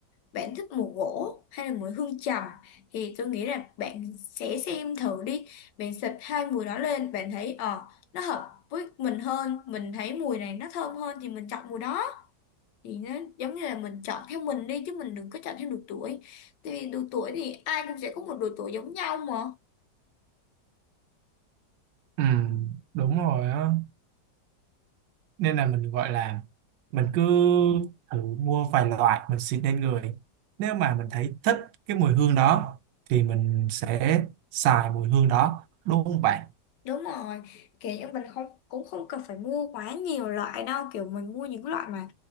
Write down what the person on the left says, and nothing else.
bạn thích mùi gỗ hay là mùi hương trầm thì tôi nghĩ là bạn sẽ xem thử đi. Bạn xịt hai mùi đó lên bạn thấy ờ nó hợp với mình hơn, mình thấy mùi này nó thơm hơn thì mình chọn mùi đó. thì nó giống như là mình chọn theo mình đi chứ mình đừng có chọn theo độ tuổi tại vì độ tuổi thì ai cũng sẽ có một độ tuổi giống nhau mà
Đúng rồi, kiểu như mình không cũng không cần phải mua quá nhiều loại đâu, kiểu mình mua những loại mà